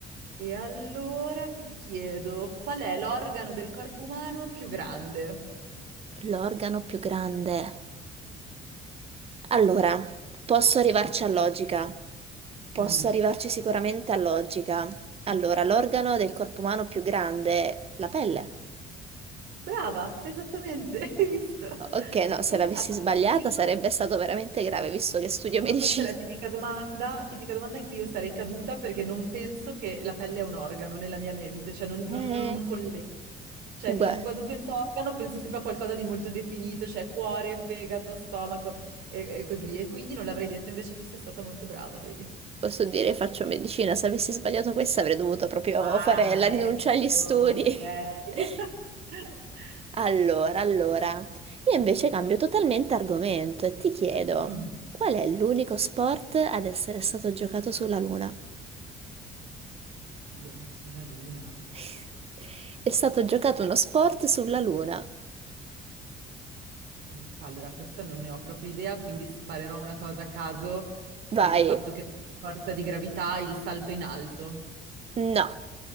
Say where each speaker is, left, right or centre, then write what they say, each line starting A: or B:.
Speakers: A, on the right; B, on the right.
A: E allora ti chiedo, qual è l'organo del corpo umano più grande?
B: l'organo più grande. Allora, posso arrivarci a logica, posso
A: Mm.
B: arrivarci sicuramente a logica. Allora, l'organo del corpo umano più grande è la pelle.
A: Brava, esattamente, <laughs> hai visto?
B: Ok, no, se
A: Infatti,
B: l'avessi sbagliata
A: io...
B: sarebbe stato veramente grave, visto che studio
A: Sì,
B: <laughs> medicina.
A: ma questa è la tipica domanda, tipica domanda in cui io sarei caduta perché non penso che la pelle è un organo nella mia mente, cioè non, non,
B: Eh,
A: non colle- Cioè,
B: beh,
A: mi- quando penso a organo penso sempre a qualcosa di molto definito, cioè cuore, fegato, stomaco e, e così. E quindi non l'avrei detto, invece tu sei stata molto brava, vedi?
B: posso dire faccio medicina, se avessi sbagliato questa avrei dovuto proprio
A: Ah,
B: fare la rinuncia
A: ecco,
B: agli studi.
A: ok.
B: <laughs>
A: <laughs>
B: Allora, allora, io invece cambio totalmente argomento e ti chiedo,
A: Mm.
B: qual è l'unico sport ad essere stato giocato sulla Luna?
A: Oddio, sulla luna.
B: <laughs> È stato giocato uno sport sulla Luna.
A: Qua, Allora, questa non ne ho proprio idea, quindi sparerò una cosa a caso
B: Vai.
A: per il fatto che non forza di gravità il salto in alto.
B: No.